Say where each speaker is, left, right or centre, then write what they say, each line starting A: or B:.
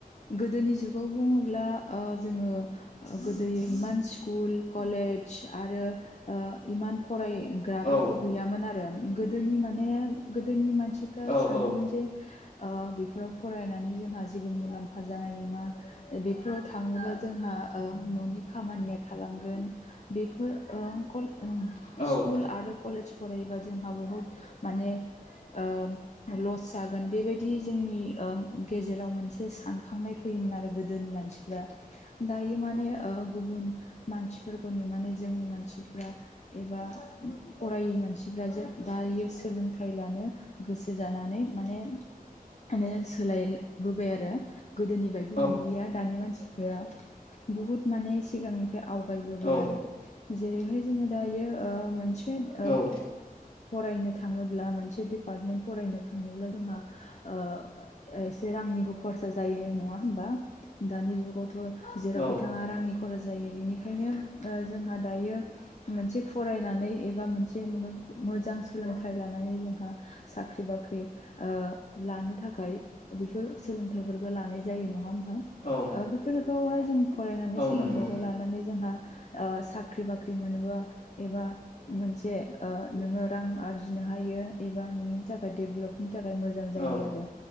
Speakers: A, on the left (about 50°); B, on the left (about 65°).
A: गोदोनि जुगाव बुङोब्ला ओ जोङो गोदो <unintelligible> स्कुल कलेज आरो ओ इमान फरायग्राफोरबो
B: औ
A: गैयामोन आरो गोदोनि माने गोदोनि मानसिफ्रा
B: औ
A: सानोमोन
B: औ
A: जे ओ बेफोराव फरायनानै जोंहा जेबो मुलाम्फा जानाय नङा बेफोराव थाङोबा जोंहा ओ न'नि खामानिया थाला गोन बेफोर ओ <unintelligible>
B: औ
A: स्कुल आरो कलेज फरायोबा जोंहा बुहुद माने ओ लस जागोन बेबायदि ओ जोंनि गेजेराव मोनसे सानखांनाय फैयोमोन आरो गोदोनि मानसिफ्रा दायो माने ओ गुबुन मानसिफोरखौ नुनानै जोंनि मानसि फ्रा एबा फरायै मानसिफ्रा जों दायो सोलोंथाइ लानो गोसो जानानै माने माने सोलायबोबाय आरो गोदोनि बायदि
B: औ
A: नंलिया दानि मानसिफोरा बुहुद माने सिगांनिफ्राय आवगायबोबाय
B: औ
A: आरो जेरैहाय जोङो दायो ओ मोनसे ओ
B: औ
A: फरायनो थाङोब्ला मोनसे दिडपार्टमेन्ट फरायनो थाङोब्ला जोंहा ओ एसे रांनिबो खरसा जायो नङा होमबा दानि जुगाव थ' जेराव
B: औ
A: बिथाङा रांनि खरस जायो बिनिखायनो ओ जोंहा दायो मोनसे फरायनानै एबा मोनसे मोजां सोलोंथाइ लानानै जोंहा साख्रि बा ख्रि ओ लानो थाखाय बेफोर सोलोंथाइफोरखौ लानाय जायो नङा <unintelligible>
B: औ
A: बेफोरखौहाय जों फरायनानै
B: औ
A: सोलोंथाइखौ
B: नंगौ
A: लानानै जोंहा ओ साख्रि बाख्रि मोनोबा एबा मोनसे ओ नोङो रां आरजिनो हायो एबा नोंनि थाखाय डेभेलप थाखाय मोजां जायो
B: औ
A: आरो